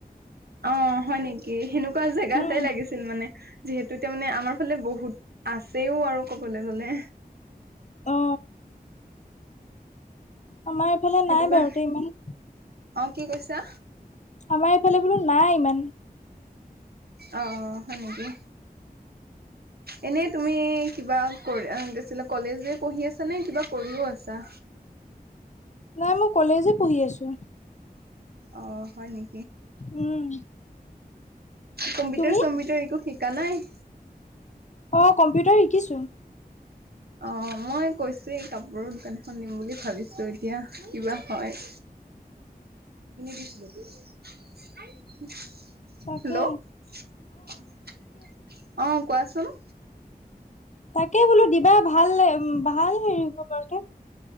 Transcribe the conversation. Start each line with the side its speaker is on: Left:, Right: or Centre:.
Right: অ' হয় নেকি সেনেকু এনেকুৱা জেগা
Left: উম
Right: এটাই লাগিছিল মানে যিহেতু এতিয়া মানে আমাৰ ফালে বহুত। আছেও আৰু কবলৈ গলে।
Left: অ আমাৰ এইফালে
Right: সেইটো
Left: নাই
Right: কাৰণে
Left: বাৰু তে ইমান
Right: অ', কি কৈছা?
Left: আমাৰ এইফালে বোলো নাই ইমান।
Right: অ হয় নেকি? এনেই তুমি কিবা কৰি গৈছিলা? কলেজে পঢ়ি আছা নে কিবা কৰিও আছা?
Left: নাই মই কলেজে পঢ়ি আছোঁ।
Right: অ' হয় নি?
Left: উম।
Right: কম্পিউটাৰ-চম্পিউটাৰ
Left: তুমি
Right: একো শিকা নাই?
Left: অ কম্পিউটাৰ শিকিছোঁ।
Right: অ মই কৈছোঁ এই কাপোৰৰ দোকান এখন দিম বুলি ভাবিছোঁ। এতিয়া কিবা হয়? খিনি দিছিলোঁ। হেল্ল'
Left: তাকে
Right: অ কোৱাচোন।
Left: তাকে বোলো দিবা ভাল ভাল হেৰি হ বতাৰ তেওঁ।